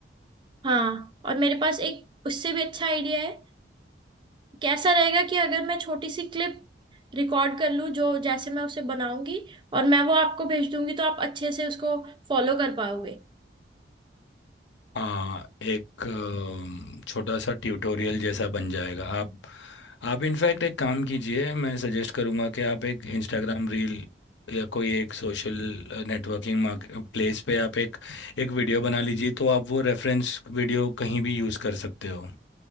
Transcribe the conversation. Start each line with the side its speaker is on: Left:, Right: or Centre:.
Right: हाँ और मेरे पास एक उससे भी अच्छा आइडिया है कैसा रहेगा कि अगर मैं छोटी सी क्लिप रिकॉर्ड कर लूँ जो जैसे मैं उसे बनाऊंगी और मैं वो आपको भेज दूंगी तो आप अच्छे से उसको फॉलो कर पाओगे
Left: हाँ एक अम, छोटा सा ट्यूटोरियल जैसा बन जाएगा आप आप इनफैक्ट एक काम कीजिए मैं सजेस्ट करूँगा कि आप एक इंस्टाग्राम रील या कोई एक सोशल नेटवर्किंग प्लेस पे आप एक एक वीडियो बना लीजिए तो आप वो रेफरेंस वीडियो कहीं भी यूज़ कर सकते हो